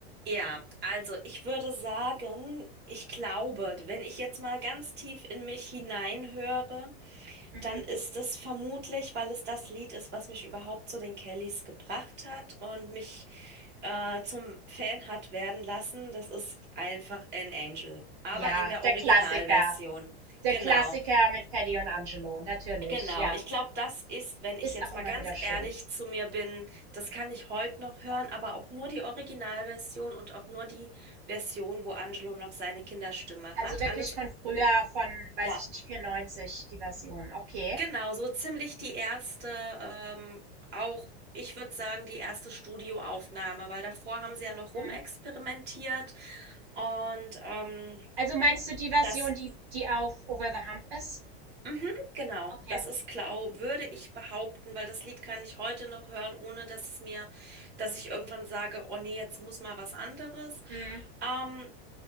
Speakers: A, on the right (about 30°); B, on the right (about 60°).
A: ja, also ich würde sagen, ich glaube, wenn ich jetzt mal ganz tief in mich hineinhöre,
B: Mhm.
A: Dann ist es vermutlich, weil es das Lied ist, was mich überhaupt zu den Kellys gebracht hat und mich äh, zum Fan hat werden lassen. Das ist einfach An Angel. Aber
B: Ja,
A: in der
B: der
A: Originalversion.
B: Klassiker. Der
A: Genau,
B: Klassiker mit Paddy und Angelo, natürlich,
A: genau.
B: ja.
A: Ich glaube, das ist, wenn ich
B: Ist
A: jetzt
B: auch
A: mal
B: immer
A: ganz
B: wieder schön.
A: ehrlich zu mir bin, das kann ich heute noch hören, aber auch nur die Originalversion und auch nur die Version, wo Angelo noch seine Kinderstimme
B: Also
A: hat.
B: wirklich
A: Alles.
B: von früher, von, weiß
A: Ja.
B: ich nicht, 94, die Version. Okay.
A: Genau, so ziemlich die erste, ähm, auch ich würde sagen, die erste Studioaufnahme, weil davor haben sie ja noch
B: Mhm.
A: rumexperimentiert und ähm,
B: Also meinst du die Version,
A: das,
B: die, die auf Over the Hump ist?
A: mhm, genau,
B: Okay.
A: das ist Klau, würde ich behaupten, weil das Lied kann ich heute noch hören, ohne dass es mir, dass ich irgendwann sage, oh nee, jetzt muss mal was anderes.
B: Mhm.
A: Ähm,